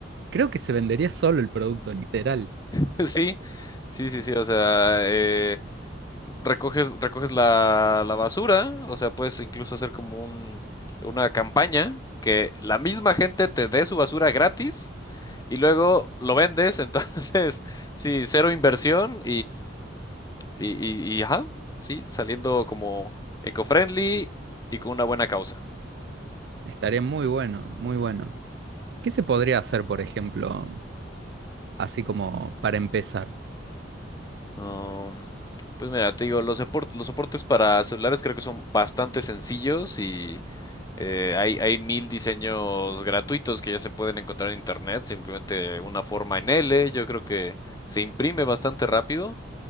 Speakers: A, on the right; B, on the left.
A: Creo que se vendería solo el producto, literal.
B: <laughs> Sí, sí, sí, sí, o sea, eh, recoges, recoges la, la basura, o sea, puedes incluso hacer como un, una campaña que la misma gente te dé su basura gratis y luego lo vendes, <laughs> entonces, sí, cero inversión Y, y, y, ajá, sí, saliendo como eco-friendly y con una buena causa.
A: Estaría muy bueno, muy bueno. ¿Qué se podría
B: Sí.
A: hacer, por ejemplo, así como para empezar?
B: Um, pues mira, te digo, los soportes, los soportes para celulares creo que son bastante sencillos y eh, hay, hay mil diseños gratuitos que ya se pueden encontrar en internet, simplemente una forma en L, yo creo que se imprime bastante rápido.